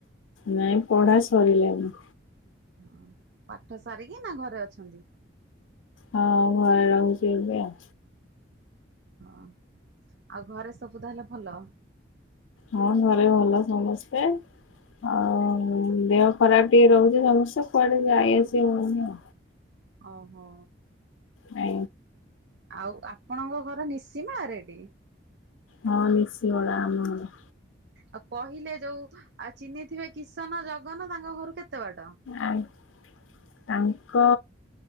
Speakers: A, on the left; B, on the right.
A: ନାଇଁ ପଢା ସାରିଲାଣି।
B: ଓ ପାଠ ସାରିକି ନା ଘରେ ଅଛନ୍ତି।
A: ହଁ ଘରେ ରହୁଛି ଏବେ ଆଉ।
B: ହଁ ଆଉ ଘରେ ସବୁ ତାହେଲେ ଭଲ।
A: ହଁ ଘରେ ଭଲ ସମସ୍ତେ। ଆଉ ଦେହ ଖରାପ ଟିକେ ରହୁଛି ସମସ୍ତେ କୁଆଡେ ଯାଇଆସି ହଉନି ଆଉ।
B: ଓହୋ
A: ଆ
B: ଆଉ ଆପଣଙ୍କ ଘର ନିଶିମ ଆଉ ରେଡ଼ି
A: ହଁ ନିିସି ଗଲା ଆମ ଘର
B: ଆଉ କହିଲେ ଯୋଉ ଆଉ ଚିହ୍ନିଥିବେ କିସନ ଜଗନ ତାଙ୍କ ଘରୁ କେତେ ବାଟ?
A: ଆଉ ତାଙ୍କ